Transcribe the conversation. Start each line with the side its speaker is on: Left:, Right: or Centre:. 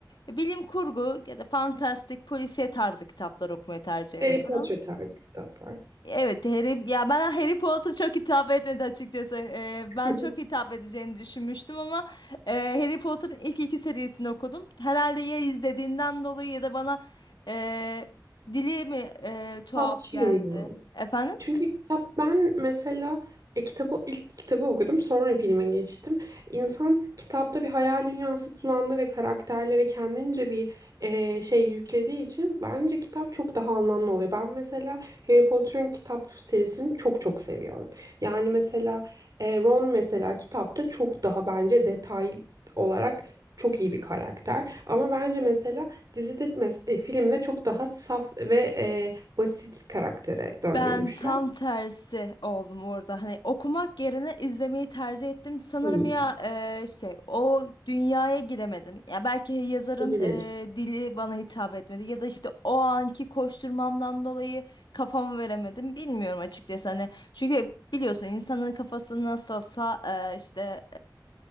Left: bilim kurgu ya da fantastik polisiye tarzı kitaplar okumayı tercih
Right: Harry
Left: ediyorum.
Right: Potter tarzı kitaplar.
Left: Evet, Harry, ya ben Harry Potter çok hitap etmedi açıkçası. Ee, ben
Right: <laughs>
Left: çok hitap edeceğini düşünmüştüm ama e, Harry Potter'ın ilk iki serisini okudum. Herhalde ya izlediğimden dolayı ya da bana e, dili mi e, tuhaf
Right: Kitapçıyım
Left: geldi.
Right: ya.
Left: Efendim?
Right: Çünkü kitap ben mesela e, kitabı ilk kitabı okudum sonra filme geçtim. İnsan kitapta bir hayal dünyası kullandığı ve karakterlere kendince bir e, şey yüklediği için bence kitap çok daha anlamlı oluyor. Ben mesela Harry Potter'ın kitap serisini çok çok seviyorum. Yani mesela e, Ron mesela kitapta çok daha bence detay olarak çok iyi bir karakter. Ama bence mesela dizide mes- e, filmde çok daha saf ve e, basit karaktere döndürmüşler.
Left: Ben tam tersi oldum orada. Hani okumak yerine izlemeyi tercih ettim. Sanırım
Right: Hı,
Left: ya e, işte o dünyaya giremedim. Ya belki yazarın
Right: olabilir.
Left: e, dili bana hitap etmedi ya da işte o anki koşturmamdan dolayı kafamı veremedim. Bilmiyorum açıkçası hani. Çünkü biliyorsun insanın kafası nasılsa e, işte